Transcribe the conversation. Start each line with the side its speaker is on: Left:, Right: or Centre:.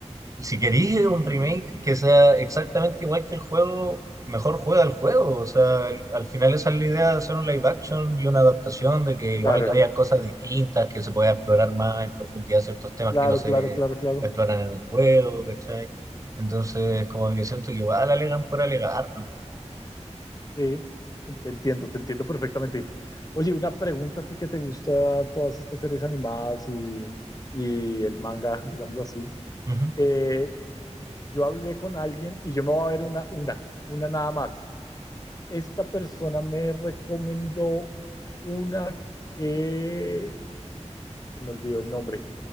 Right: si queréis un remake que sea exactamente igual que el juego, mejor juega el juego. O sea, al, al final esa es la idea de hacer un live action y una adaptación, de que igual
Left: Claro,
Right: hayan cosas distintas, que se pueda explorar más en profundidad ciertos temas
Left: claro,
Right: que no se
Left: claro, claro, claro.
Right: exploran en el juego, ¿cachai? Entonces, como que siento que igual alegan por alegar nomás.
Left: Sí, te entiendo, te entiendo perfectamente. Oye, una pregunta a ti que te gusta todas estas series animadas y, y el manga, digámoslo así.
Right: Ujú.
Left: Eh, yo hablé con alguien y yo me voy a ver una, una, una nada más. Esta persona me recomendó una que se me olvidó el nombre,